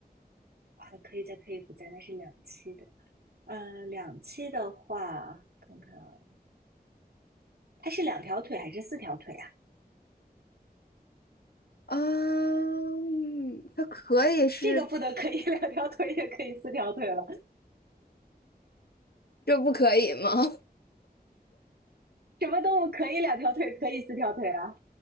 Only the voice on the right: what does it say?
啊，可以在，可以不在，那是两栖的。嗯，两栖的话，看看啊，它是两条腿还是四条腿啊？
这个不得可以 <laughs> 两条腿，也可以四条腿了。
什么动物可以两条腿，可以四条腿啊？